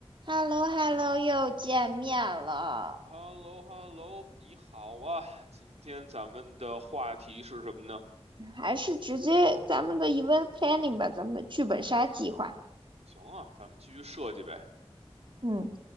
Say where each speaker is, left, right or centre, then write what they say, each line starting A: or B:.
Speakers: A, on the right; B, on the right.
A: h e l l o h e l l o 又见面了，
B: h e l l o h e l l o 你好啊！今天咱们的话题是什么呢？
A: 还是直接咱们的 event planning 吧，咱们的剧本杀计划。
B: 行啊，咱们继续设计呗。
A: 嗯，